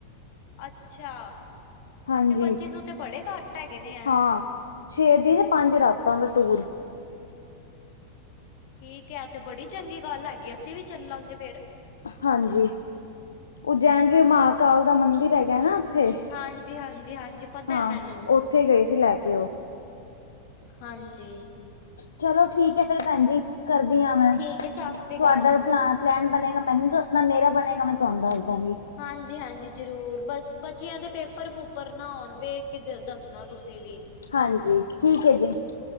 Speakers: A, on the left; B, on the left.
A: ਅੱਛਾ,
B: ਹਾਂਜੀ
A: ਤੇ ਪੱਚੀ ਸੌ ਤੇ ਬੜੇ ਘੱਟ ਹੈਗੇ ਨੇ ਐ।
B: ਹਾਂ ਛੇ ਦੀਨ ਪੰਜ ਰਾਤਾਂ ਦਾ ਟੂਰ।
A: ਠੀਕ ਹੈ ਏਹ ਤੇ ਬੜੀ ਚੰਗੀ ਗੱਲ ਹੈਗੀ ਅਸੀਂ ਵੀ ਚੱਲਾਂਗੇ ਫੇਰ।
B: ਹਾਂਜੀ, ਉਜੈਨ ਵੀ ਮਹਾਾਂਕਾਲ ਦਾ ਮੰਦਿਰ ਹੈਗਾ ਨਾ। ਉੱਥੇ
A: ਹਾਂਜੀ-ਹਾਂਜੀ-ਹਾਂਜੀ ਪਤਾ
B: ਹਾਂ
A: ਹੈ ਮੈਨੂੰ।
B: ਉੱਥੇ ਗਏ ਸੀ ਲੈ ਕੇ ਉਹ
A: ਹਾਂਜੀ
B: ਚਲੋ ਠੀਕ ਹੈ ਫੇਰ ਭੈਣ ਜੀ, ਕਰਦੀ ਹਾਂ ਮੈਂ,
A: ਠੀਕ ਹੈ ਸਤਿ
B: ਤੁਹਾਡਾ
A: ਸ੍ਰੀ ਅਕਾਲ
B: ਪਲੈਨ ਪਲੈਨ ਬਣੇਗਾ ਮੈਨੂੰ ਦੱਸਣਾ ਮੇਰਾ ਮੈਂ ਤੁਹਾਨੂੰ ਦੱਸਦਾ ਗੀ।
A: ਹਾਂਜੀ- ਹਾਂਜੀ ਜ਼ਰੂਰ ਬਸ ਬੱਚਿਆਂ ਦੇ ਪੇਪਰ ਪੂਪਰ ਨਾ ਹੋਣ ਵੇਖ ਕੇ ਦੱਸਣਾ ਤੁਸੀਂ ਵੀ।
B: ਹਾਂਜੀ ਠੀਕ ਏ ਜੀ